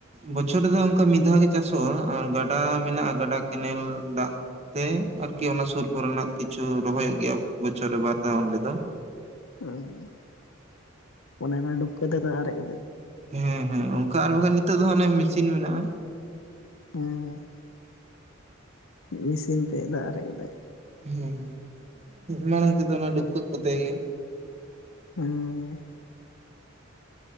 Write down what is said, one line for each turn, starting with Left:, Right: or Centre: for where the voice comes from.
Right: ᱵᱚᱪᱷᱚᱨ ᱨᱮᱫᱚ ᱚᱱᱠᱟ ᱢᱤᱫ ᱫᱷᱟᱣ ᱜᱮ ᱪᱟᱥᱚᱜᱼᱟ ᱟᱨ ᱜᱟᱰᱟ ᱢᱮᱱᱟᱜᱼᱟ ᱜᱟᱰᱟ ᱠᱮᱱᱮᱞ ᱫᱟᱜ ᱛᱮ ᱟᱨᱠᱤ ᱚᱱᱟ ᱥᱩᱨ ᱠᱚᱨᱮᱱᱟᱜ ᱠᱤᱪᱷᱩ ᱨᱚᱦᱚᱭᱚᱜ ᱜᱮᱭᱟ ᱵᱚᱪᱷᱚᱨ ᱨᱮ ᱵᱟᱨ ᱫᱷᱟᱣ ᱚᱸᱰᱮ ᱫᱚ
Left: <inaudible> ᱚᱱᱮ ᱚᱱᱟ ᱰᱩᱠᱟᱹ ᱛᱮᱫᱚ ᱟᱨᱮᱡ
Right: ᱦᱮᱸ ᱦᱮᱸ ᱚᱱᱠᱟ ᱟᱨ ᱵᱟᱝᱠᱷᱟᱱ ᱱᱤᱛᱚᱜ ᱫᱚ ᱦᱟ ᱚᱱᱮ ᱢᱮᱥᱤᱱ ᱢᱮᱱᱟᱜᱼᱟ
Left: ᱦᱩᱹ ᱢᱮᱥᱤᱱ ᱛᱮ ᱫᱟᱜ ᱟᱨᱮᱡ ᱫᱟᱭ
Right: ᱦᱮᱸ ᱢᱟᱲᱟᱝ ᱛᱮᱫᱚ ᱚᱱᱟ ᱰᱩᱠᱟᱹᱜ ᱠᱚᱛᱮ ᱜᱮ
Left: ᱢ